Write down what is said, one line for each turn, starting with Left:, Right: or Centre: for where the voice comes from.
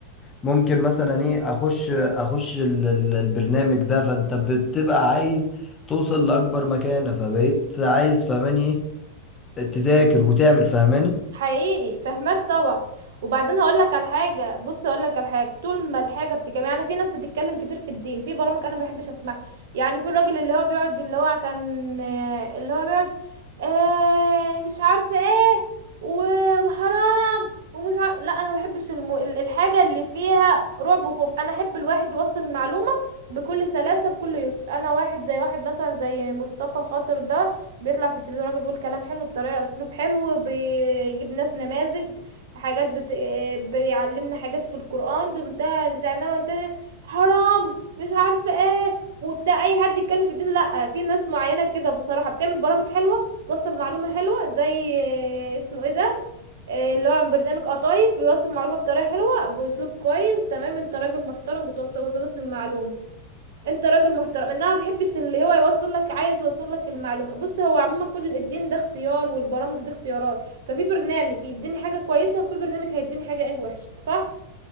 Left: ممكن مثلا إيه أخش أخش ال- ال- البرنامج ده فأنت بتبقى عايز توصل لأكبر مكانة فبقيت عايز فماني إيه تذاكر وتعمل فهماني
Right: حقيقي فهماك طبعا وبعدين هقول لك على حاجه بص هقول لك على حاجه طول ما الحاجه بتتكلم يعني في ناس بتتكلم كتير في الدين في برامج انا ما بحبش اسمعها يعني في الراجل اللي هو بيقعد اللي هو كان اللي هو بيقعد آه مش عارفه ايه و- وحرام ومش عارف لا انا ما بحبش الم... ال- الحاجه اللي فيها رعب وخوف انا احب الواحد يوصل المعلومه بكل سلاسه بكل يسر انا واحد زي واحد مثلا زي مصطفى خاطر ده بيطلع في التلفزيون راجل بيقول كلام حلو بطريقة اسلوب حلو بيجيب ناس نماذج حاجات بت... بيعلمنا حاجات في القرآن بمنتهى بتاع انما تاني حرام مش عارفة ايه وبتاع اي حد يتكلم في الدين لا في ناس معينة كده بصراحة بتعمل برامج حلوة توصل معلومة حلوة زي آه، اسمه ايه ده إيه اللي هو برنامج قطايف بيوصل معلومة بطريقة حلوة بأسلوب كويس تمام انت راجل محترم بتوصل وصلت للمعلومة انت راجل محترم انها ما بيحبش اللي هو يوصل لك عايز يوصل لك المعلومه بص هو عموما كل الدين ده اختيار والبرامج دي اختيارات ففي برنامج يديني حاجه كويسه وفي برنامج هيديني حاجه ايه وحشه صح